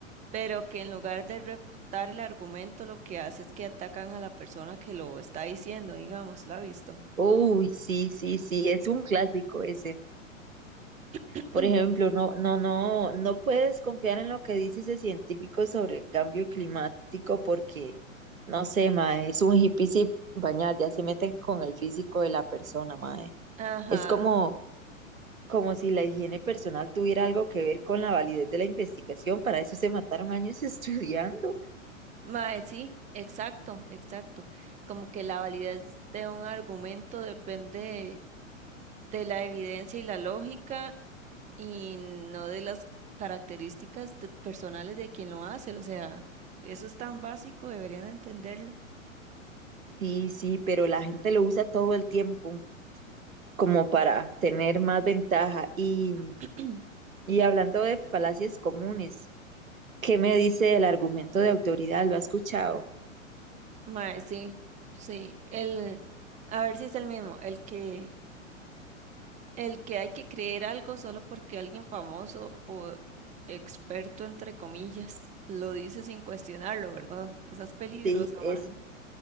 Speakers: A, on the right; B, on the right.
A: pero que en lugar de refutar el argumento, lo que hace es que atacan a la persona que lo está diciendo, digamos, la ha visto.
B: Uy, sí, sí, sí, es un clásico ese.
A: <clears throat>
B: Por ejemplo, no, no, no, no puedes confiar en lo que dice ese científico sobre el cambio climático porque, no sé, mae, es un hippie sin bañar, ya se meten con el físico de la persona, mae.
A: Ajá,
B: Es como, como si la higiene personal tuviera algo que ver con la validez de la investigación, para eso se mataron años <laughs> estudiando.
A: mae, sí, exacto, exacto. Como que la validez de un argumento depende de la evidencia y la lógica y no de las características de- personales de quien lo hace. O sea, eso es tan básico, deberían entenderlo.
B: Sí, sí, pero la gente lo usa todo el tiempo como para tener más ventaja y
A: <clears throat>
B: Y hablando de falacias comunes, ¿qué me dice el argumento de autoridad? ¿Lo ha escuchado?
A: Mae, sí, sí. El, a ver si es el mismo, el que El que hay que creer algo solo porque alguien famoso o experto, entre comillas, <laughs> lo dice sin cuestionarlo, ¿verdad? Esa es peligrosa,
B: Sí, Es,
A: mae.